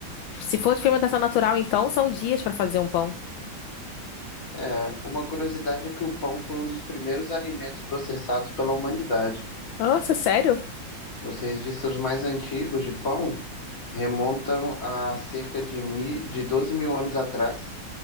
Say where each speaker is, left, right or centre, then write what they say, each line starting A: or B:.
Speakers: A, on the left; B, on the left.
A: se for de fermentação natural, então são dias pra fazer um pão.
B: É. Uma curiosidade é que o pão foi um dos primeiros alimentos processados pela humanidade.
A: Nossa, sério?
B: Os registros mais antigos de pão remontam a cerca de, mi, de 12 mil anos atrás,